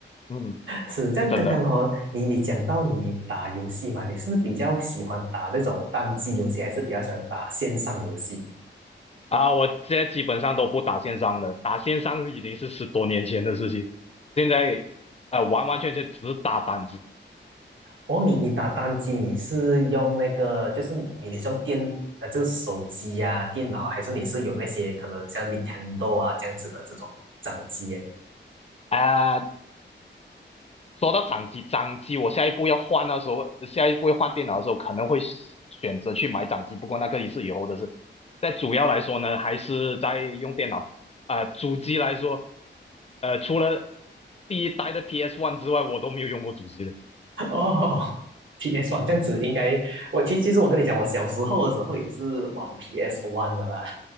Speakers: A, on the left; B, on the right.
A: 嗯，
B: 是这样。
A: 是真的
B: 刚刚哈、哦你你讲到你打游戏嘛，你是不是比较喜欢打那种单机游戏，还是比较喜欢打线上游戏？
A: 啊。我现在基本上都不打线上了，打线上已经是十多年前的事情，现在啊、呃完完全全只打单机
B: 哦，你你打单机，你是用那个，就是你你是用电呃这个手机呀、啊电脑啊，还是你是有那些可能像 Nintendo 啊这样子的这种掌机耶？
A: 啊、说到掌机，掌机我下一步要换的时候，下一步要换电脑的时候，可能会选择去买掌机。不过那个也是以后的事。但主要来说呢，还是在用电脑。啊、主机来说，呃，除了第一代的 PS One 之外，我都没有用过主机的。
B: 哦，PS One 这样子应该，我其其实我跟你讲，我小时候的时候也是玩 PS One 的啦，